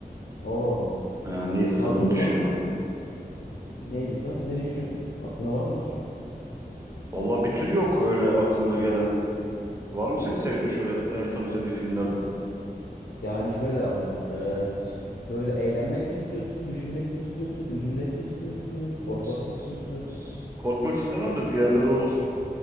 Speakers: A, on the left (about 85°); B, on the right (about 20°).
A: Oo,
B: Ee, ne izlesem
A: tatil
B: onu
A: o
B: düşünüyordum.
A: zaman ne izliyorsun? Ne düşünüyorsun? Aklına var mı bir tür?
B: Vallahi bir tür yok öyle aklımda gelen. Var mı senin sevdiğin şöyle en son izlediğin filmlerden?
A: Yani şöyle ama, e, s- böyle eğlenmek mi istiyorsun, düşünmek mi istiyorsun, üzülmek mi istiyorsun, korkmak
B: Tss,
A: mı istiyorsun?
B: Korkmak istemem de diğerleri olur.